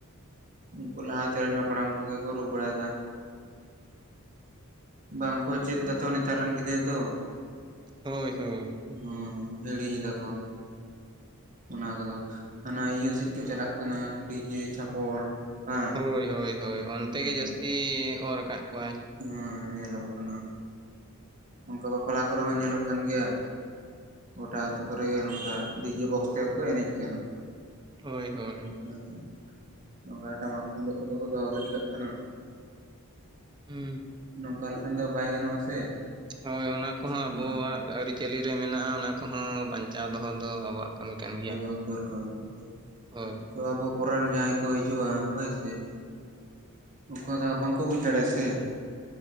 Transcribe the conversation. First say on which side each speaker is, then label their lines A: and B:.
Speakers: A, on the right (about 35°); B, on the right (about 20°).
A: ᱩᱝᱠᱩ ᱞᱟᱦᱟ ᱛᱮᱨᱤᱱ ᱦᱟᱯᱲᱟᱢ ᱠᱚᱜᱮ ᱠᱚ ᱨᱩ ᱵᱟᱲᱟᱭᱫᱟ ᱵᱟᱝ ᱠᱚ ᱪᱮᱫ ᱫᱟᱛᱚ ᱱᱮᱛᱟᱨ ᱨᱤᱱ ᱜᱤᱫᱽᱨᱟᱹ ᱫᱚ
B: ᱦᱳᱭ ᱦᱳᱭ
A: ᱦᱩᱸ ᱦᱤᱲᱤᱧ ᱫᱟ ᱠᱚ ᱚᱱᱟ ᱠᱚᱫᱚ ᱦᱟᱱᱟ ᱤᱭᱟᱹ ᱥᱮᱫ ᱠᱚ ᱪᱟᱞᱟᱜ ᱠᱟᱱᱟ ᱰᱤᱡᱮ ᱪᱷᱟᱯᱚᱞ ᱦᱮᱸ
B: ᱦᱳᱭ ᱦᱳᱭ ᱦᱳᱭ ᱚᱱᱛᱮ
A: ᱦᱩᱸ
B: ᱜᱮ ᱡᱟᱹᱥᱛᱤ ᱚᱨ ᱠᱟᱜ ᱠᱚᱣᱟᱭ
A: ᱦᱮᱸ ᱧᱮᱞᱚᱜ ᱠᱟᱱᱟ ᱚᱝᱠᱟ ᱵᱟᱯᱞᱟ ᱠᱚᱨᱮ ᱦᱚᱸ ᱧᱮᱞᱚᱜ ᱠᱟᱱ ᱜᱮᱭᱟ ᱜᱚᱴᱟ ᱟᱹᱛᱩ ᱠᱚᱨᱮ ᱜᱮ ᱱᱚᱝᱠᱟ ᱰᱤᱡᱮ ᱵᱚᱠᱥ ᱛᱮᱜᱮ ᱠᱚ ᱮᱱᱮᱡ ᱠᱟᱱᱟ
B: ᱦᱳᱭ ᱦᱳᱭ
A: ᱦᱮᱸ ᱱᱚᱝᱠᱟ ᱴᱟᱢᱟᱠ ᱛᱩᱝᱫᱟᱜ ᱠᱚᱫᱚ ᱠᱚ ᱫᱚᱦᱚ ᱜᱤᱰᱤ ᱠᱟᱜ ᱠᱟᱱᱟ
B: ᱦᱩᱸ
A: ᱱᱚᱝᱠᱟ ᱞᱮᱠᱷᱟᱱ ᱫᱚ ᱵᱟᱭ ᱜᱟᱱᱚᱜᱼᱟ ᱥᱮ
B: ᱦᱳᱭ ᱚᱱᱟ ᱠᱚᱦᱚᱸ
A: ᱦᱮᱸ
B: ᱟᱵᱚᱣᱟᱜ ᱟᱹᱨᱤᱪᱟᱹᱞᱤ ᱨᱮ ᱢᱮᱱᱟᱜᱼᱟ ᱚᱱᱟ ᱠᱚᱦᱚᱸ ᱵᱟᱧᱪᱟᱣ ᱫᱚᱦᱚ ᱫᱚ ᱟᱵᱚᱣᱟᱜ ᱠᱟᱹᱢᱤ ᱠᱟᱱ ᱜᱮᱭᱟ
A: ᱫᱟᱨᱠᱟᱨ <inaudible>
B: ᱦᱳᱭ
A: ᱟᱵᱚ ᱯᱚᱨᱮᱱ ᱡᱟᱦᱟᱸᱭ ᱠᱚ ᱦᱤᱡᱩᱜᱼᱟ ᱦᱳᱭ ᱥᱮ ᱩᱱᱠᱩ ᱫᱚᱦᱟᱜ ᱵᱟᱝᱠᱚ ᱵᱩᱡᱽ ᱫᱟᱲᱮᱭᱟᱜᱼᱟ ᱥᱮ